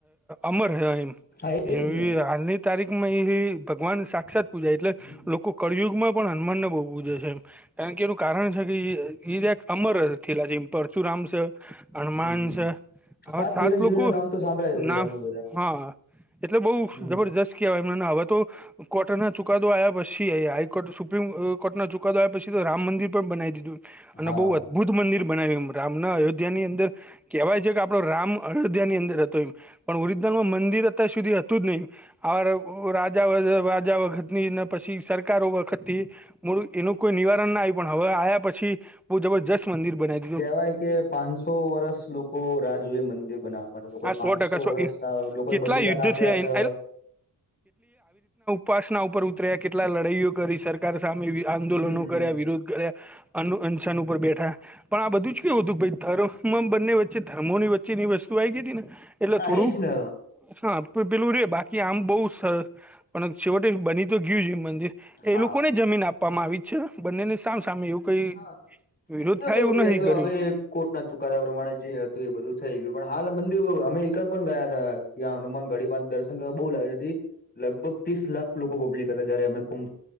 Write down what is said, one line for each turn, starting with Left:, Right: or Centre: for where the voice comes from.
Centre: અમર હી એમ
Left: હા એજ ને
Centre: એ હાલની તારીખ માં એવી ભગવાન સાક્ષાત પૂજા એટલે
Left: હમ
Centre: લોકો કળયુગમાં પણ હનુમાનને બહુ છે એમ કારણ કે એનું કારણ છે કે અમર લા છે. એ પરચુરામ છે. હનુમાન
Left: હમ.
Centre: છે. હા સાત
Left: ચિરંજીવી
Centre: લોકો
Left: ના નામ તો સાંભળ્યા જશે
Centre: નાફ
Left: તમે બધા
Centre: હા એટલે બઉ
Left: હમ
Centre: જબરજસ્ત કેવાય મને હવે તો કોર્ટ ના ચુકાદો આવ્યા પછી હાઈકોર્ટ સુપ્રીમ કોર્ટના ચુકાદો આવ્યા પછી તો રામ મંદિર પણ બનાવી દીધું. અને
Left: હા
Centre: બહુ અદભુત મંદિર બનાવ્યું એ રામના અયોધ્યા મની અંદર આપડો રામ અયોધ્યાની અંદર હતો એમ પણ ઓરિજનલમાં મંદિર અત્યાર સુધી હતું જ નહી. <unintelligible> રાજા રાજા વખતની ને પછી સરકારો વખતથી. મૂળ એનું કોઈ નિવારણ ના આય પણ હવે આયા પછી બહુ જબરજસ્ત મંદિર બના
Left: કેવાય કે પાંચસો વરષ લોકો રાહ જોઈ મંદિર બનાવ લોકો
Centre: આ સો
Left: પાંચસો
Centre: ટકા સો
Left: વર્ષ તા લોકોએ
Centre: કેટલા
Left: બલિદાન
Centre: યુદ્ધ
Left: આપ્યા
Centre: થયા
Left: છે.
Centre: એન- પાસના ઉપર ઉતર્યા કેટલા લડાઈઓ કરી સરકાર સામે આંદોલનો
Left: હમ હમ.
Centre: કર્યા વિરોધ કર્યા. અનુ અન્સાન ઉપર બેઠા પણ આ બધું જ કેવું હતું બંને વ ચે ધર્મો ની વચ્ચેની વસ્તુ આવી ગઈ હતી ને એટલે
Left: હા
Centre: થોડું
Left: એજ ને
Centre: હા પેલું રે બાકી આમ બહુ સર પણ છેવટે બની તો ગયુ જ એ મંદિર. એ
Left: હા
Centre: લોકોને જમીન આપવામાં આવી છે બંનેને સામ સામે એવું. કઈ
Left: હા
Centre: વિરોધ
Left: <unintelligible>
Centre: થાય
Left: કેવું
Centre: એવું
Left: કે
Centre: નહી
Left: તો
Centre: કર્યું
Left: હવે કોર્ટ ના ચુકાદા પ્રમાણે જે હતું એ બધું થઈ ગયું પણ હાલ મંદિર અમે એક પણ ગયા હતા. ત્યાં હનુમાન ગડી પા દર્શન કરવા બહુ લાગે લગભગ ત્રીસ લાખ લોકો પબ્લિક હતા જયારે અમે કંમ